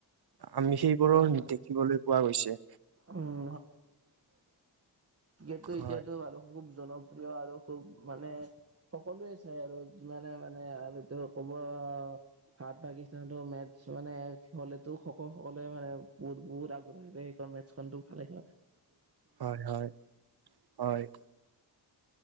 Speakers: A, on the right (about 35°); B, on the right (about 65°).
A: হয়
B: আমি
A: হয়
B: সেইবোৰো
A: ঠিকে কৈছা হয়
B: দেখিবলৈ পোৱা গৈছে।
A: উম, ইয়াটো
B: হয়
A: এতিয়াতো মানু <unintelligible> জনপ্ৰিয় আৰু খুব মানে সকলোৱে চাই আৰু যিমানে মানে আটো ক'ব। অ ভাৰত পাকিস্তানতো মেটছ মানে হ'লে, তো শখ সকলে মানে বহুত বহুত আগ্ৰহেৰে সেইখন মেটছখনটো ভালে ক
B: হয় হয় হয়।